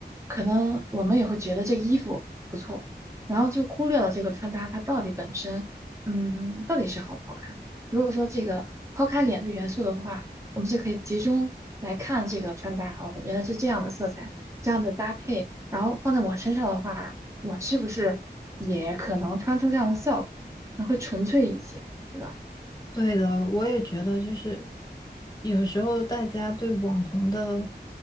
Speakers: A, on the right; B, on the left.
A: 可能我们也会觉得这个衣服不错，然后就忽略了这个穿搭它到底本身，嗯，到底是好不好看。如果说这个抛开脸的元素的话，我们就可以集中来看这个穿搭哦，原来是这样的色彩，这样的搭配，然后放在我身上的话，我是不是也可能穿出这样的效果？那会纯粹一些，对吧？
B: 对的，我也觉得就是有时候大家对网红的